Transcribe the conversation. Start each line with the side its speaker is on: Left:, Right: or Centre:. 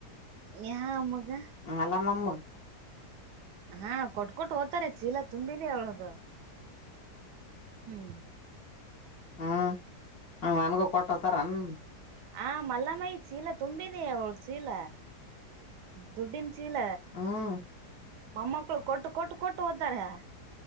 Right: ಯಾ ಮಗ
Left: ಮಲ್ಲಾಮಮ್
Right: ಹಾ ಕೊಟ್ಕಟ್ಟು ಹೋತಾರ್ ಚೀಲ ತುಂಬಿದ ಅವಲ್ಗ್ ಹ್ಮ್
Left: ಹ್ಮ್ ಹ ನನ್ಗೂ ಕೊಟ್ಟತಾರನ್
Right: ಹಾ ಮಲ್ಲಮಾಯಿ ಚೀಲ ತುಂಬಿದ ಅವಳ ಚೀಲ ದುಡ್ಡಿನ ಚೀಲ
Left: ಹ್ಮ್
Right: ಮೊಮ್ಮಕ್ಕಳು ಕೊಟ್ಟು ಕೊಟ್ಟುಕೊಟ್ಟು ಹೋಗುತ್ತಾರೆ